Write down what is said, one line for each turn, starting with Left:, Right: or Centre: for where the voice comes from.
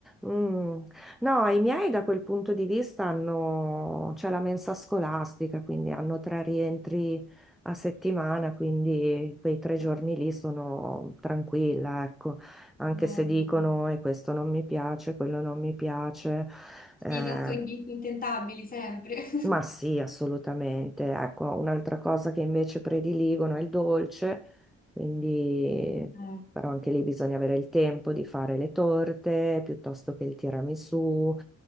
Centre: Mm. No, i miei da quel punto di vista hanno, c'è la mensa scolastica, quindi hanno tre rientri a settimana, quindi quei tre giorni lì sono tranquilla, ecco, anche
Left: Eh,
Centre: se dicono e questo non mi piace, quello non mi piace.
Left: Sì,
Centre: eh,
Left: tanto in- intentabili sempre. <laughs>
Centre: ma sì, assolutamente. Ecco, un'altra cosa che invece prediligono è il dolce, quindi
Left: Eh,
Centre: però anche lì bisogna avere il tempo di fare le torte piuttosto che il tiramisù.